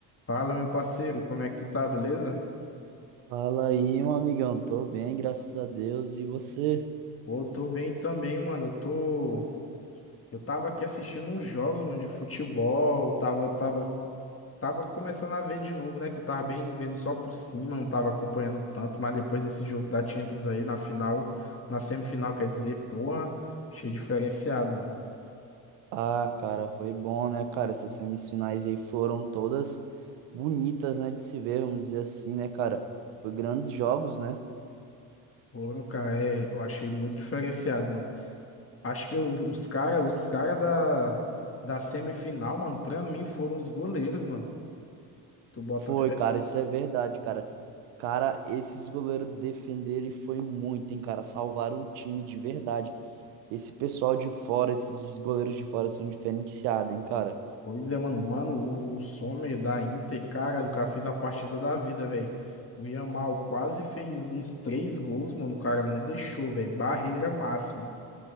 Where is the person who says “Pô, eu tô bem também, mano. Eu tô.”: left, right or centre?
Left